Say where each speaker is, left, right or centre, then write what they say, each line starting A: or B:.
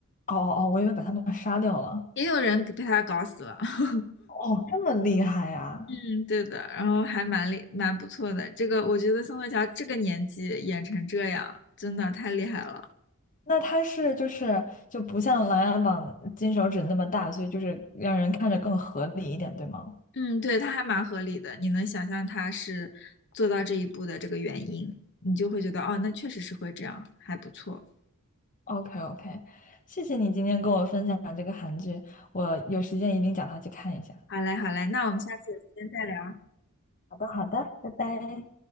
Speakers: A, on the left (about 35°); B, on the left (about 55°).
A: 哦哦，哦，我以为把他们杀掉了。
B: 也有人被他搞死了。<laughs>
A: 哦，这么厉害呀？
B: 嗯，对的，然后还蛮厉蛮不错的。这个我觉得宋慧乔这个年纪演成这样，真的太厉害了。
A: 那他是就是就不像《琅琊榜》金手指那么大，所以就是让人看着更合理一点，对吗
B: 嗯，对，她还蛮合理的，你能想象她是做到这一步的这个原因，你就会觉得哦，那确实是会这样，还不错。
A: ？OK OK，谢谢你今天跟我分享这个韩剧，我有时间一定找他去看一下。
B: 好嘞，好嘞，那我们下次有时间再聊。
A: 好的好的，拜拜。